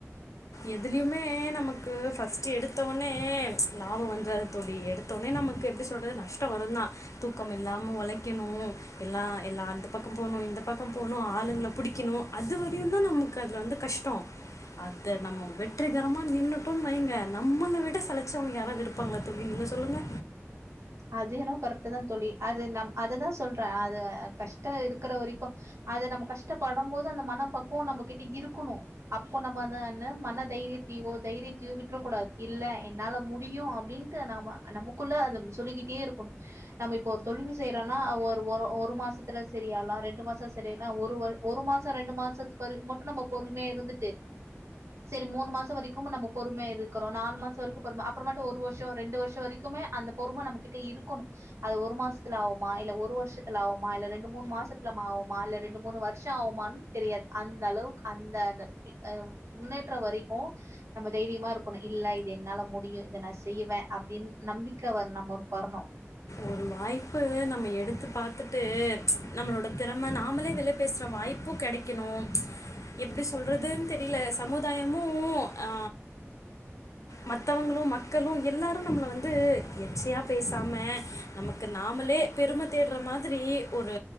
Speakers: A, on the left; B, on the right.
A: எதுலியுமே நமக்கு ஃபஸ்ட்டு எடுத்தவொன்னே லாபோ வந்த்ராது தோழி எடுத் தோனே நமக்கு எப்டி சொல்றது நஷ்டோ வருந்தா தூக்கம் இல்லாம ஒழைக்கணு எல்லா எல்லா அந்தப் பக்கம் போணு இந்தப் பக்கம் போணு ஆளுங்ள புடிக்கிணு அதுவரையுந்தா நமக்கு அதல வந்து கஷ்டோ த்த நம்ம வெற்றிகரமா நின்னுட்டோன் வைங்க நம்மள விட சலச்சவுங்க யாராது இருப்பாங்ளா தோழி நீங்க சொல்லுங்க
B: அது என்னவோ கரெக்ட்டுதாந் தோழி அது நம் அததா சொல்றே அது அ கஷ்டோ இருக்கிற வரைக்கு அது நம்ம கஷ்டப்படம் போது அந்த மனப்பக்குவோ நம்பகிட்ட இருக்குணு அப்போ நம்ப அந்த அன மனதைரியத்தியோ தைரியத்தியோ விட்றக்கூடாது இல்ல என்னால முடியு அப்டின் ட்டு நாம நமக்குள்ள அதும் சொல்லிகிட்டே இருக்குன் நம்ம இப்போ ஒரு தொழிலு செய்றோனா ஒரு ஒரு ஒரு மாசத்துல சரியாலா ரெண்டு மாசோ சரியானா ஒரு வரு ஒரு மாசோ ரெண்டு மாசத்துக்கு வரைக் மட்டு நம்ம பொறுமையா இருந்துட்டு சரி மூனு மாசவரைக்கும் நம்ம பொறுமையா இருக்கறோ நாலு மாசோ வரைக்கு பொறும அப்பறமாட்டு ஒரு வருஷோ ரெண்டு வருஷோ வரைக் க்குமே அந்த பொறும நம்ம கிட்ட இருக்குணு அது ஒரு மாசத்துல ஆவுமா இல்ல ஒரு வருஷத்துல ஆவுமா இல்ல ரெண்டு மூன் மாசத்துல மாவுமா இல்ல ரெண்டு மூனு வருஷோ ஆவுமான் தெரியாது அந்தளவுக்கு அந்த அந்த பி அ முன்னேற்ற வரைக்கு நம்ம தைரியமா இருக்கணு இல்ல இது என்னால முடியு இத நா செய்வே அப்டின் நம்பிக் க்க வர் நம்ம ஒருக் வர்னு
A: ஒரு வாய்ப்பு நம்ம எடுத்து பாத்துட்டு நம்மளோடத் திறம நாம்மளே வெளப் பேசுற வாய்ப்பு கெடைக்கணும். எப்டி சொல்றதுன் தெரியல சமுதாயமு ஆ மத்தவங்களும் மக்களும் எல்லாரும் நம்மள வந்து எச்சையா பேசாம நமக்கு நாமளே பெரும தேடுற மாதிரி ஒரு